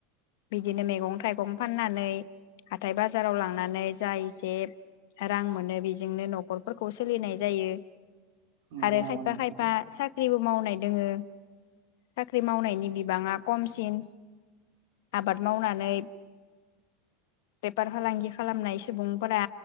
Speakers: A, on the left; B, on the right.
A: बिदिनो मैगं थाइगं फाननानै हाथाय बाजाराव लांनानै जा एसे रां मोनो बेजोंनो नखरफोरखौ सोलिनाय जायो।
B: नंगौ
A: आरो
B: नामा
A: खायफा
B: नोंथां
A: खायफा साख्रिबोब मावनाय दोङो साख्रि मावनायनि बिबाङा खमसिन आबाद मावनानै बेफार फालांगि खालामनाय सुबुंफोरा